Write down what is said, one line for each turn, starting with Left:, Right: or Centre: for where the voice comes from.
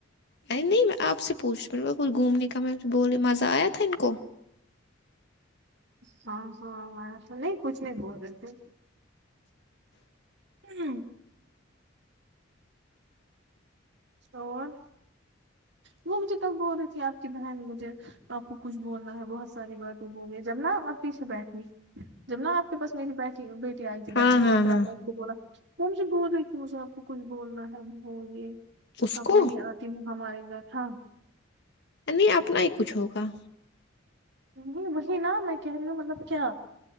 Left: ارے نہیں میں آپ سے پوچھ رہ کچھ گھومنے کا میں بولی مزہ آیا تھا ان کو
Right: ہاں ںاں اب آیا تھا نہیں کچھ نہیں بول رہے تھے ہوں تو اور وہ مجھے تب بول رہی تھی آپ کی بہن مجھے آپ کو کچھ بولنا ہے بہت ساری باتیں بولنی جب نا آپ پیچھے بیٹھنی جب نا پ بس میںی ہی بیٹھی بیٹی آئی تھی بیٹھنے
Left: ہاں
Right: کے
Left: ہاں
Right: لیے پھر
Left: ہاں
Right: ان کو بولا وہ مجے بول رہے کہ مجھے آپ کو کچھ بولنا ہے بولیے
Left: اس
Right: آپ
Left: کو
Right: نہی آتی ہوں ہمارے گھر ہاں
Left: نہیں اپنا ہی کچھ ہوگا
Right: نہیں وہی نا میں کہ رہی ہوں مطلب کیا